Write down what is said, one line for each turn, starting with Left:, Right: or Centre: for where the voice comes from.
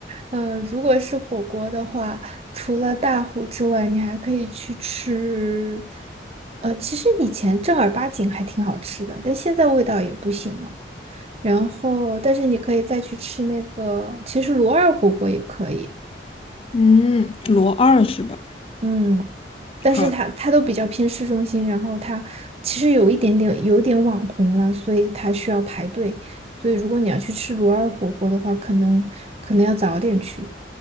Right: 呃，如果是火锅的话，除了大虎之外，你还可以去吃。呃，其实以前正儿八经还挺好吃的，但现在味道也不行了。然后，但是你可以再去吃那个，其实罗二火锅也可以。
Left: 嗯，罗二是吧？
Right: 嗯，但是他他都比较偏市中心，
Left: 好
Right: 然后他其实有一点点有点网红了，所以他需要排队。所以如果你要去吃罗尔火锅的话，可能可能要早点去。